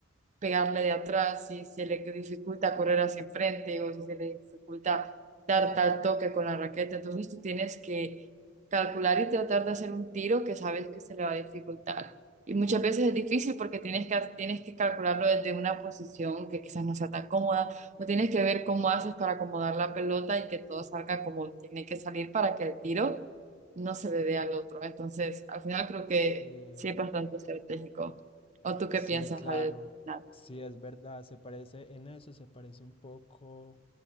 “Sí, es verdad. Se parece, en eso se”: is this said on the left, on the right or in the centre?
Left